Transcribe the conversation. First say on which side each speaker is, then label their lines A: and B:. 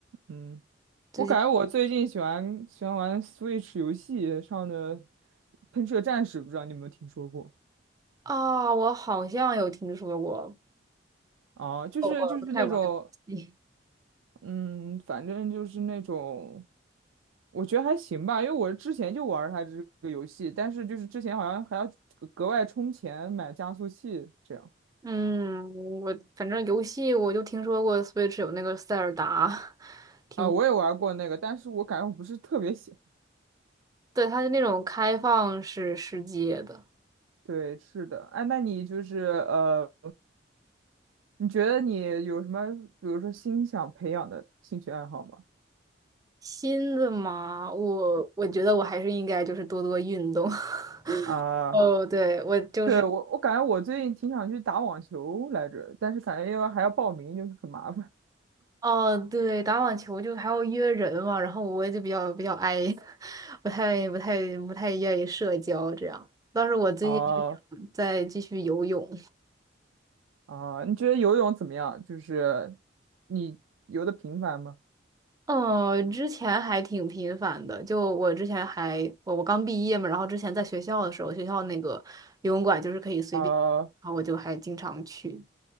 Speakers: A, on the right (about 85°); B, on the right (about 20°).
A: 嗯，
B: 最近
A: 我感觉我最近喜欢喜欢玩 Switch 游戏上的《喷射战士》，不知道你有没有听说过？
B: 啊，我好像有听说过，
A: 啊，就是就是那种，
B: 我我不太玩游戏。
A: 嗯，反正就是那种，我觉得还行吧，因为我之前就玩儿它这个游戏，但是就是之前好像还要格格外充钱买加速器这样。
B: <laughs> 嗯，我反正游戏我就听说过 Switch 有那个塞尔达，挺，
A: 啊，我也玩过那个，但是我感觉我不是特别喜欢。
B: 对，它是那种开放式世界的。
A: 对，是的。哎，那你就是呃，你觉得你有什么，比如说新想培养的兴趣爱好吗？
B: 新的嘛，我我觉得我还是应该就是多多运动。<laughs>
A: 啊，
B: 哦，对，我就是。
A: 对，我我感觉我最近挺想去打网球来着，但是感觉要还要报名，就是很麻烦。
B: 哦，对，打网球就还要约人嘛，然后我就比较比较 i，<laughs> 不太不太不太愿意社交这样。当时我最近就想再继续游泳，
A: <laughs> 啊啊，你觉得游泳怎么样？就是你游的频繁吗？
B: 呃，之前还挺频繁的，就我之前还我我刚毕业嘛，然后之前在学校的时候，学校那个游泳馆就是可以随便，
A: 啊
B: 然后我就还经常去，